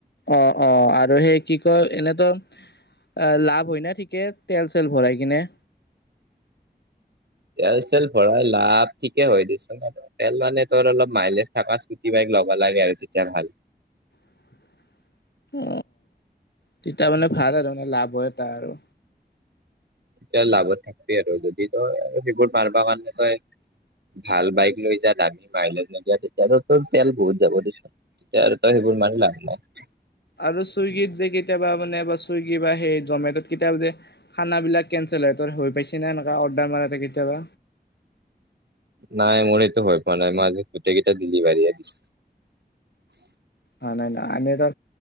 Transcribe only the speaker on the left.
অ-অ, আৰু সেই কি কয় এনে তোৰ আ লাভ হয় না ঠিকে তেল-চেল ভৰাই কিনে?
<inaudible> অ, তেতিয়া মানে ভাল আৰু মানে লাভ হয় এটা আৰু।
আৰু চুইগীত যে কেতিয়াবা মানে, চুইগি বা সেই জমেটত কেতিয়াবা যে খানাবিলাক কেনচেল হয় হৈ পাইছে না, এনেুৱা অৰ্ডাৰ মাৰাতে কেতিয়াবা?
অ' নাই নাই! আমি এটা